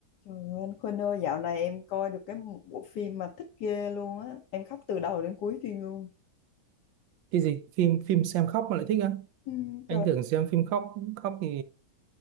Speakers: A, on the left (about 65°); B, on the right (about 70°).
A: Trời ơi, anh Khuynh ơi, dạo này em coi được cái một bộ phim mà thích ghê luôn á. Em khóc từ đầu đến cuối phim luôn.
B: cái gì phim phim xem khóc mà lại thích á
A: Ừ,
B: anh
A: trời,
B: tưởng xem phim khóc khóc thì